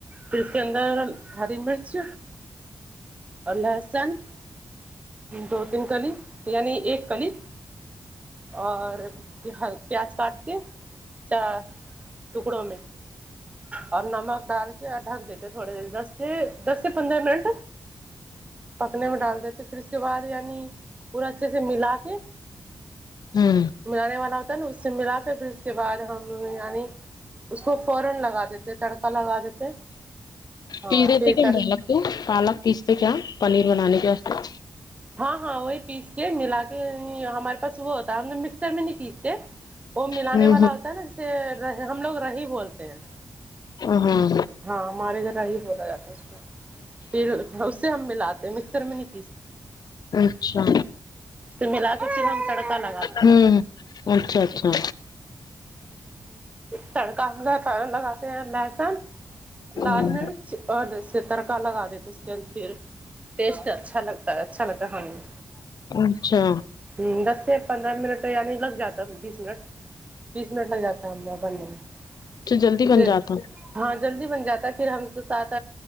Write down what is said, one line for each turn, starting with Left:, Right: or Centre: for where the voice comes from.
Right: پھر اس کے اندر ہری مرچ اور لہسن دو تین کلی یعنی ایک کلی اور پیا پیاز کاٹ کے چا ٹکڑوں میں اور نمک ڈال کیا ڈھک دیتے تھوڑے دیر دس سے دس سے پندرہ منٹ پکنے میں ڈال دیتے پھر اس کے بعد یعنی پورا اچھے سے ملا کے
Left: امم
Right: ملانے والا ہوتا نا اس سے ملا کے پھر اس کے بعد ہم یعنی اس کو فورن لگا دیتے ہے تڑکا لگا دیتے ہاں
Left: پیس دیتے
Right: پھر
Left: کیا
Right: تڑ
Left: ہم پالک کو پالک پیستے کیا پنیر بنانے کےواسطے
Right: ہاں ہاں وہی پیس کے ملا کے ہمارے پاس وہ ہوتا ہم نے مکسر میں نہیں پیستے وہ ملانے
Left: ہوں
Right: والا ہوتا ہے نا جیسے ہم لوگ رہی بولتے ہیں
Left: ہوں ہاں
Right: ہاں ہمارے گھر رہی بولا جاتا ہے اس کو پھر اس سے ہم ملاتے تو مکسر میں نہیں پیستے
Left: اچھا
Right: تو ملا کر کےھر ہم تڑکا لگ
Left: امم اچھا اچھا
Right: تڑکہ ہوجاتا ہے پھر لگاتے ہیں لہسن
Left: ہوں
Right: لال مرچ اور جیسے تڑکا لگا دیتے اس کے اندر پھر ٹیسٹ اچھا لگتا ہے اچھا لگتا ہے کھانے میں
Left: اچھا
Right: امم دس سے پندرہ منٹ تو یعنی لگ جاتا ہےبیس منٹ بیس منٹ لگ جاتا ہے ہم واں بننے میں
Left: تو جلدی بن
Right: پھر
Left: جاتا ہوں
Right: ہاں جلدی بن جاتا ہے پھر ہم ساتھ